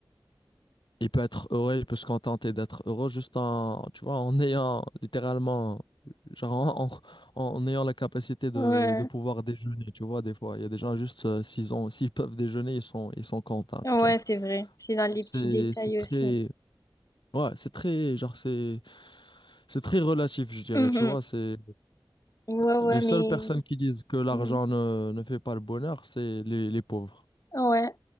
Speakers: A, on the left; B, on the left.
A: il peut être heureux, il peut se contenter d'être heureux juste en, tu vois, en ayant littéralement, genre en, en- en ayant la capacité de,
B: Ouais,
A: de pouvoir déjeuner, tu vois, des fois. Il y a des gens juste, euh, s'ils ont, s'ils peuvent déjeuner, ils sont, ils sont contents,
B: ouais,
A: tu vois.
B: c'est vrai. C'est dans les
A: C'est,
B: petits détails
A: c'est très,
B: aussi.
A: ouais, c'est très, genre, c'est, c'est très relatif, je dirais,
B: Mhm.
A: tu vois. C'est
B: Ouais, ouais,
A: les seules
B: mais.
A: personnes qui disent que l'argent
B: Mhm.
A: ne, ne fait pas le bonheur, c'est les, les pauvres.
B: Ouais,